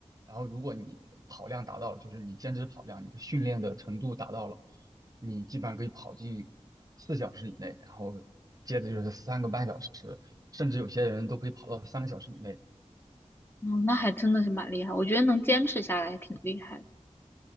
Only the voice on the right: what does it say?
然后如果你跑量达到了，就是你坚持跑量，你的训练的程度达到了，你基本上可以跑进四小时以内，然后接着就是三个半小时，甚至有些人都可以跑到三个小时以内。